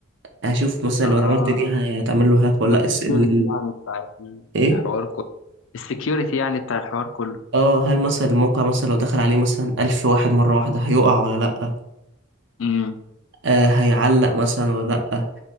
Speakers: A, on the right; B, on the left.
A: هشوف مثلا
B: اه
A: لو انا عملت دي هتعمل له هاك ولا
B: ده السكيورتي
A: لأ. اس ال
B: يعني بتاع
A: ايه
B: الحوار كله السكيورتي يعني بتاع الحوار كله
A: اه هل مثلا الموقع مثلا لو دخل عليه مثلا ألف واحد مرة واحدة هيقع ولا لأ
B: امم
A: آه هيعلق مثلا ولا لأ